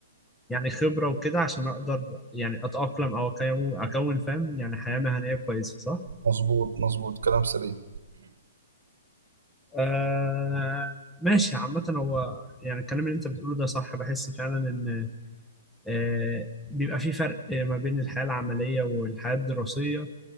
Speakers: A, in the centre; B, on the right.
A: يعني خبرة وكده عشان اقدر يعني اتأقلم او أكو- اكون فاهم يعني حياة مهنية كويسة صح؟
B: مظبوط مظبوط كلام سليم
A: آه ماشي عامة هو يعني الكلام اللي انت بتقوله ده صح بحس فعلا ان آه بيبقى في فرق ما بين الحياة العملية والحياة الدراسية